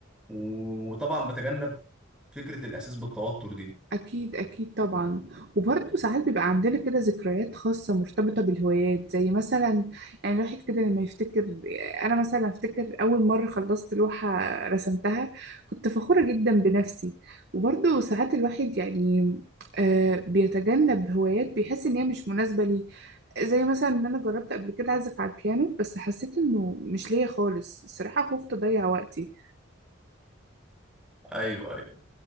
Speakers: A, in the centre; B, on the right.
A: وطبعا بتجنب فكرة الاحساس بالتوتر دي
B: أكيد أكيد طبعا وبرضه ساعات بيبقى عندنا كده ذكريات خاصة مرتبطة بالهوايات زي مثلا يعني الواحد كده لما يفتكر أنا مثلا أفتكر أول مرة خلصت لوحة رسمتها كنت فخورة جدا بنفسي وبرضه ساعات الواحد يعني آه بيتجنب هوايات بيحس إن هي مش مناسبة ليه زي مثلا إن أنا جربت قبل كده أعزف على البيانو بس حسيت إنه مش ليا خالص الصراحة خفت أضيع وقتي
A: ايوه ايوه